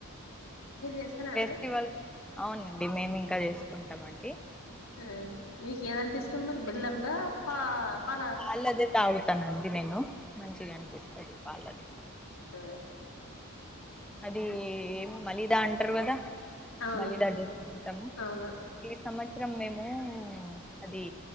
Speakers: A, on the left; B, in the centre.
A: మీరు చేస్తారా
B: ఫెస్టివల్
A: అండి
B: అవునండి మేమి ఇంకా వేసుకుంటామండి
A: ఆ మీకు ఏదంటే ఇష్టం మరి బెల్లందా పా పాల
B: పాలదే తాగుతానండి నేను మంచిగా అనిపిస్తాది పాలదే
A: ఉహు
B: అది ఏం మలిదా అంటారు కదా
A: అవును
B: మలిదా జేసుకుంటాము
A: అవును
B: ఈ సంవత్సరం మేము అది